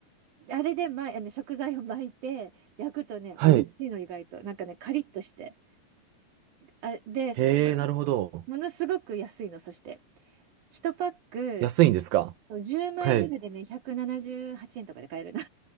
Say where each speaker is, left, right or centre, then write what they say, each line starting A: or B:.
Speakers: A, on the right; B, on the right.
A: あれで、ま、あの食材を巻いて、焼くとね、
B: はい。
A: 美味しいの、意外と。なんかね、カリッとして。あ、で、
B: へえ、
A: すごい
B: なるほど。
A: ものすごく安いの、そして。1パック
B: 安いんですか
A: そう10枚ぐらいでね、
B: はい。
A: 178円とかで買えるな。